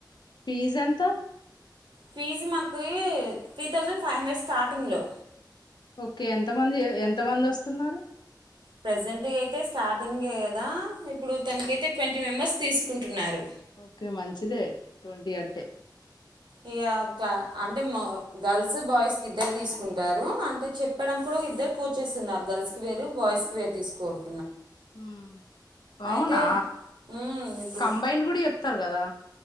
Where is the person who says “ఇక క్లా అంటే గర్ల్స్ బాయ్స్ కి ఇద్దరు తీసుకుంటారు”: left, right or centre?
Right